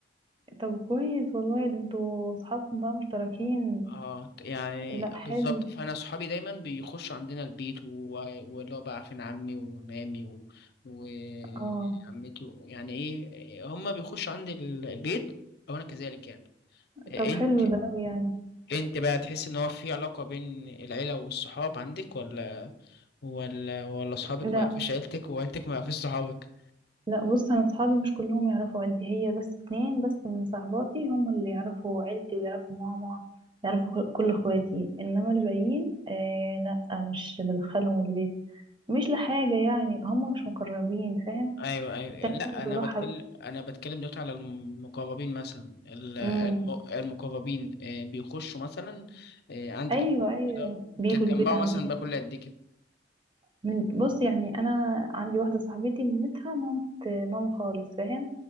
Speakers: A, on the right; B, on the left.
A: طب كويس والله ده انتوا اصحابكم بقى مشتركين
B: اه يعني
A: لا حلو
B: بالظبط فانا اصحابي دايما بيخشوا عندنا البيت و- واللي هو بقى عارفين عمي ومامي و- وعمتي
A: اه
B: و... يعني ايه هما بيخشوا عندي ال- البيت او انا كذلك يعني انت
A: طب حلو ده قوي يعني
B: انت بقى تحس ان هو في علاقه بين العيله والصحاب عندك ولا ولا ولا اصحابك
A: لا
B: ما يعرفوش عيلتك وعيلتك ما يعرفوش صحابك
A: لا بص انا اصحابي مش كلهم يعرفوا عيلتي هي بس اتنين بس من صاحباتي هم اللي يعرفوا عيلتي ويعرفوا ماما يعرفوا خ- كل اخواتي انما الباقيين آه لا مش بدخلهم البيت مش لحاجة يعني هم مش مقربين فاهم
B: ايوه ايوه
A: التانيين
B: لا انا
A: بروح
B: بتكلم
A: أ-
B: انا بتكلم دلوقتي على المقربين مثلا ال- الم-
A: امم
B: المقربين آه، بيخشوا مثلا آه، عندك
A: ايوه ايوه
B: كده بتتجمعوا
A: بيجوا البيت عندنا
B: مثلا بقى كل قد ايه كده
A: من- بص يعني انا عندي واحدة صاحبتي مامتها مامت ماما خالص فاهم